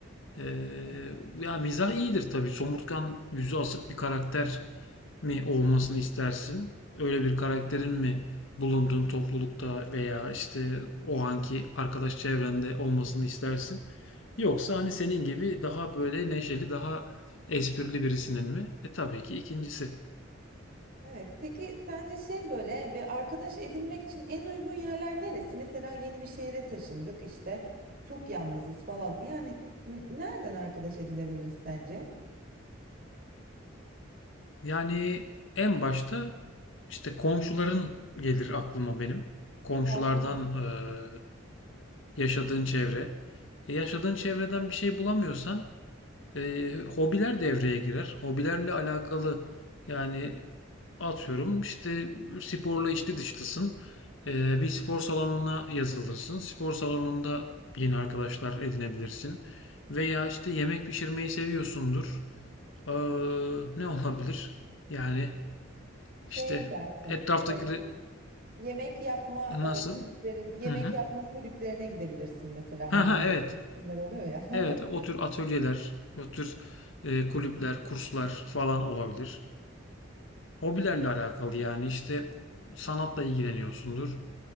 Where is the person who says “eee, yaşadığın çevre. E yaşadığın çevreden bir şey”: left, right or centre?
Left